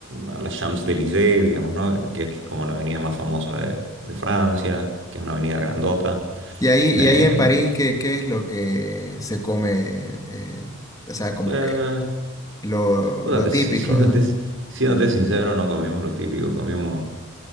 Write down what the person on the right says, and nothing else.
a la Champs-Élysées, digamos, ¿no? Que es como la avenida más famosa de, de Francia, que es una avenida grandota.
Eh,
eh,
puta,
te-
si, siéndote,
siéndote sincero, no comimos lo típico, comimos,